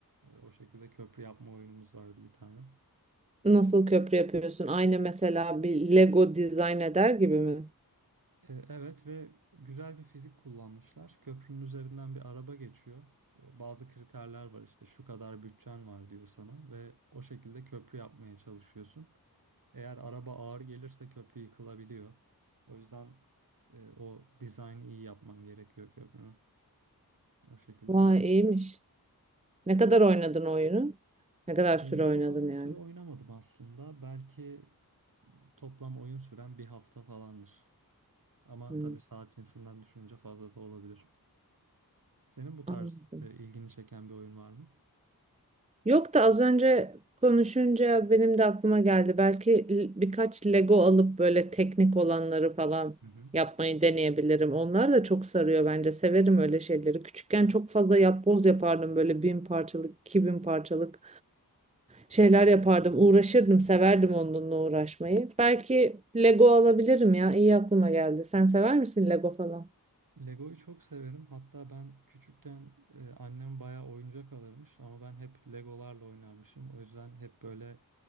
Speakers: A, on the right (about 60°); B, on the right (about 20°).
A: E, o şekilde köprü yapma oyunumuz vardı bir tane.
B: Nasıl köprü yapıyorsun? Aynı mesela bir Lego dizayn eder gibi mi?
A: E, Evet ve güzel bir fizik kullanmışlar. Köprünün üzerinden bir araba geçiyor. E, Bazı kriterler var işte şu kadar bütçen var diyor sana ve o şekilde köprü yapmaya çalışıyorsun. Eğer araba ağır gelirse köprü yıkılabiliyor. O yüzden e, o dizaynı iyi yapman gerekiyor köprünün. O şekilde
B: Vay
A: bir...
B: iyiymiş. Ne kadar oynadın oyunu? Ne kadar süre
A: E, çok
B: oynadın
A: uzun
B: yani?
A: süre oynamadım aslında. Belki toplam oyun süren bir hafta falandır. Ama
B: Hmm,
A: tabii saat cinsinden düşününce fazla da olabilir. Senin bu tarz
B: anladım.
A: e, ilgini çeken bir oyun var mı?
B: Yok da az önce konuşunca benim de aklıma geldi. Belki l- birkaç Lego alıp böyle teknik olanları falan
A: Hı hı.
B: yapmayı deneyebilirim. Onlar da çok sarıyor bence. Severim öyle şeyleri. Küçükken çok fazla yapboz yapardım böyle bin parçalık, iki bin parçalık şeyler yapardım. Uğraşırdım, severdim onunla uğraşmayı. Belki Lego alabilirim ya. İyi aklıma geldi. Sen sever misin Lego falan?
A: Lego'yu çok severim. Hatta ben küçükken e, annem bayağı oyuncak alırmış ama ben hep Legolarla oynarmışım. O yüzden hep böyle